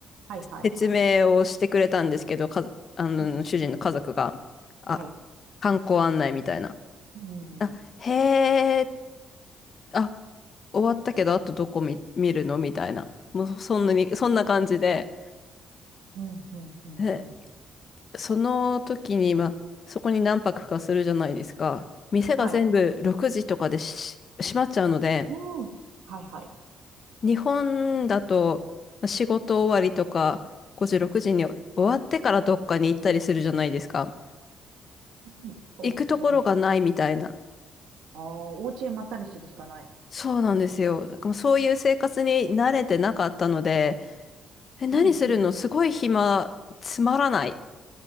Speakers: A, on the right; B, on the left.
A: はいはいはい。
B: 説明をしてくれたんですけど、か、あの、
A: うん
B: 主人の家族が、あ、
A: はい。
B: 観光案内みたいな。
A: うん。
B: あ、へえ、あ、終わったけど、あとどこ見、見るのみたいな。もう、そんなに、そんな感じで、
A: うん、うん、うん、
B: で
A: うん。
B: その時に、まあ、そこに何泊かするじゃないですか。店が全部6時とかでし閉まっちゃうので、
A: はい。うん。はいはい。
B: 日本だとまあ仕事終わりとか5時、6時に終わってからどっかに行ったりするじゃないですか。
A: うん、そうですよね。
B: 行くところがないみたいな。
A: ああ、お家へまったりしてるしかない。
B: そうなんですよ。なんかもうそういう生活に慣れてなかったので、え、何するのすごい暇、
A: うん、うん。
B: つまらない。